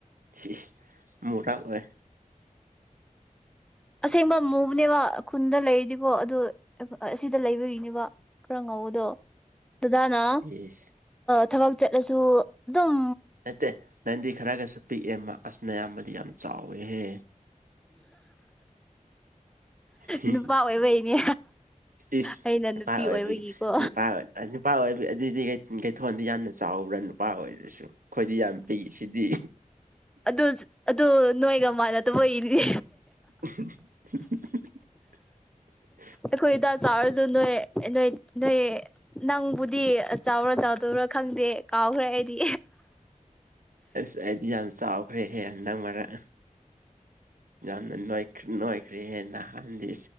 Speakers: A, on the right (about 80°); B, in the centre.
A: ꯏꯁ ꯃꯨꯔꯛ ꯑꯣꯏ
B: ꯑꯁꯦꯡꯕ ꯃꯨꯕꯅꯦꯕ ꯈꯨꯟꯗ ꯂꯩꯔꯤꯗꯤꯀꯣ ꯑꯗꯨ ꯑꯁꯤꯗ ꯂꯩꯕꯒꯤꯅꯦꯕ ꯈꯔ ꯉꯧꯕꯗꯣ ꯗꯗꯥꯅ
A: ꯏꯁ
B: ꯊꯕꯛ ꯑꯥ ꯆꯠꯂꯁꯨ ꯑꯗꯨꯝ
A: ꯅꯠꯇꯦ ꯅꯟꯗꯤ ꯈꯔꯒꯁꯨ ꯄꯤꯛꯑꯦ ꯑꯃ ꯑꯁ ꯅꯌꯥꯝꯕꯗꯤ ꯌꯥꯝ ꯆꯥꯎꯋꯦꯍꯦ ꯍꯤ
B: ꯅꯨꯄꯥ ꯑꯣꯏꯕꯩꯅꯦ
A: ꯏꯁ
B: ꯑꯩꯅ ꯅꯨꯄꯤ
A: ꯅꯨꯄꯥ ꯑꯣꯏꯕꯒꯤ
B: ꯑꯣꯏꯕꯒꯤꯀꯣ
A: ꯅꯨꯄꯥ ꯅꯨꯄꯥ ꯑꯣꯏꯕꯒꯤ ꯑꯗꯨꯏꯗꯤ ꯀꯩꯊꯣꯟꯗꯤ ꯌꯥꯝꯅ ꯆꯥꯎꯕ꯭ꯔꯥ ꯅꯨꯄꯥ ꯑꯣꯏꯔꯁꯨ ꯑꯈꯣꯏꯗꯤ ꯌꯥꯝ ꯄꯤꯛ ꯁꯤꯗꯤ
B: ꯑꯗꯨ ꯑꯗꯨ ꯅꯣꯏꯒ ꯃꯥꯅꯗꯕꯩ ꯅꯦ
A: <inaudible>
B: ꯑꯈꯣꯏ ꯗꯥ ꯆꯥꯎꯔꯁꯨ ꯅꯣꯏ ꯅꯣꯏ ꯅꯣꯏ ꯅꯪꯕꯨꯗꯤ ꯆꯥꯎꯔ ꯆꯥꯎ ꯑꯗꯨꯔ ꯈꯪꯗꯦ ꯀꯥꯎꯈ꯭ꯔꯦ ꯑꯩꯗꯤ
A: ꯑꯁ ꯑꯩꯗꯤ ꯌꯥꯝ ꯆꯥꯎꯈ꯭ꯔꯦꯍꯦ ꯍꯟꯗꯛ ꯃꯔꯛ ꯌꯥꯝꯅ ꯅꯣꯏꯈ꯭ꯔꯦꯍꯦ ꯅꯍꯥꯟꯗꯤ